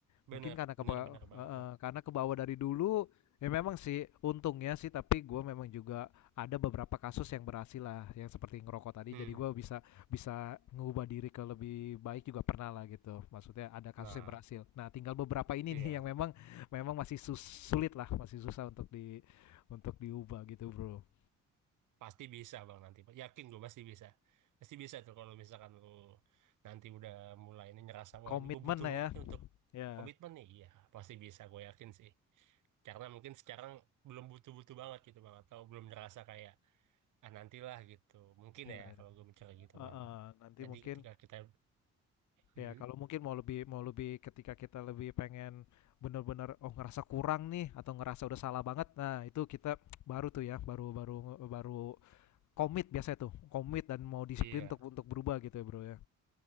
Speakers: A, on the left (about 70°); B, on the right (about 85°).
A: Mungkin
B: bener
A: karena kepa
B: bener bener banget
A: heeh,
B: bang
A: karena kebawa dari dulu, ya memang sih untungnya sih tapi gue memang juga ada beberapa kasus yang berhasil lah, yang seperti ngerokok tadi
B: hmm
A: jadi gue bisa bisa ngubah diri ke lebih baik juga pernah lah gitu, maksudnya ada kasus
B: nah
A: yang berhasil. Nah tinggal beberapa ini
B: iya
A: nih yang memang memang masih sus sulit lah, masih susah untuk di untuk diubah gitu Bro.
B: Pasti bisa bang nanti. Yakin gue pasti bisa. Pasti bisa tuh kalau misalkan lu nanti udah mulai ini ngerasa wah
A: Komitmen
B: ini gue butuh
A: lah
B: banget
A: ya,
B: nih untuk
A: Ya.
B: komitmen nih. Iya pasti bisa gue yakin sih. Karena mungkin sekarang belum butuh-butuh banget gitu bang atau belum ngerasa kayak ah nantilah gitu. Mungkin
A: iya,
B: ya kalau gue bicara gitu
A: heeh,
B: bang.
A: nanti
B: Jadi
A: mungkin
B: ketika kita Hmm.
A: Ya, kalau mungkin mau lebih mau lebih ketika kita lebih pengen bener-bener oh ngerasa kurang nih atau ngerasa udah salah banget. Nah, itu kita baru tuh ya, baru baru baru komit biasanya tuh. Komit dan mau disiplin
B: iya
A: untuk untuk berubah gitu ya, Bro ya.